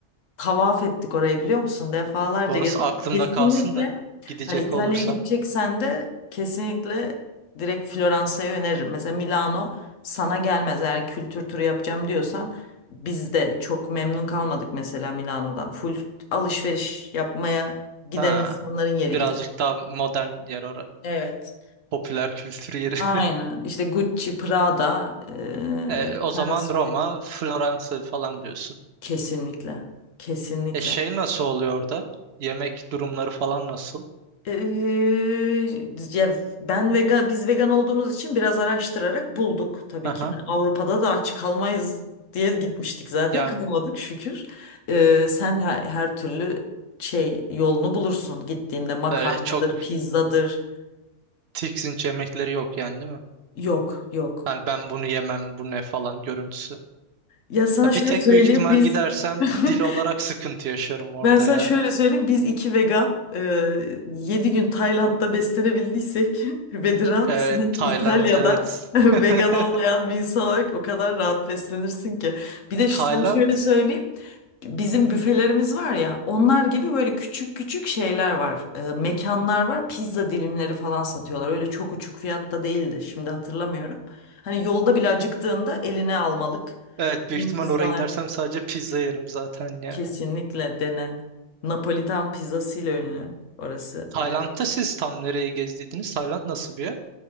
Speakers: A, on the left (about 80°); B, on the right (about 60°).
A: tavaf ettik orayı biliyor musun? Defalarca
B: Orası
A: gezdik.
B: aklımda
A: Kesinlikle
B: kalsın da gidecek
A: hani İtalya'ya
B: olursam.
A: gideceksen de kesinlikle direkt Floransa'yı öneririm. Mesela Milano sana gelmez eğer kültür turu yapacağım diyorsan biz de çok memnun kalmadık mesela Milano'dan. Full alışveriş yapmaya giden
B: Ha,
A: insanların yeri
B: birazcık
A: gibi.
B: daha modern yer ora.
A: Evet.
B: Popüler kültür yeri. <laughs>
A: Aynen. İşte Gucci, Prada, eee,
B: E, o zaman
A: sen söyle.
B: Roma, Floransa falan diyorsun.
A: Kesinlikle. Kesinlikle.
B: E şey nasıl oluyor orada? Yemek durumları falan nasıl?
A: Eee, ya ben vegan biz vegan olduğumuz için biraz araştırarak bulduk tabii
B: Aha.
A: ki. Yani Avrupa'da da aç kalmayız diye gitmiştik zaten
B: Yani
A: kalmadık şükür. Eee, sen her, her türlü şey yolunu bulursun gittiğinde makarnadır,
B: öyle çok
A: pizzadır.
B: tiksinç yemekleri yok yani değil mi?
A: Yok yok.
B: Yani ben bunu yemem bu ne falan görüntüsü.
A: Ya sana
B: Ya
A: şöyle
B: bir tek
A: söyleyeyim
B: büyük ihtimal
A: biz
B: gidersem
A: <laughs>
B: dil olarak sıkıntı yaşarım orada
A: Ben sana
B: ya.
A: şöyle söyleyeyim. Biz iki vegan e, 7 gün Tayland'da beslenebildiysek <laughs> ve Dilan
B: Evet,
A: sen
B: Tayland
A: İtalya'da
B: evet.
A: <laughs> vegan
B: <laughs>
A: olmayan bir insan olarak o kadar rahat beslenirsin ki. Bir de sana
B: Tayland
A: şöyle söyleyeyim. Bizim
B: Hı hı.
A: büfelerimiz var ya onlar gibi böyle küçük küçük şeyler var. E, mekanlar var. Pizza dilimleri falan satıyorlar. Öyle çok uçuk fiyatta değildi. Şimdi hatırlamıyorum. Hani yolda bile acıktığında eline almalık.
B: Evet büyük
A: Bizim
B: ihtimal
A: Pizzalar
B: oraya gidersem sadece pizza yerim zaten ya.
A: Kesinlikle dene. Napolitan pizzasıyla ünlü orası
B: Tayland'da
A: biliyorsun.
B: siz tam nereye gezdiydiniz? Tayland nasıl bir yer?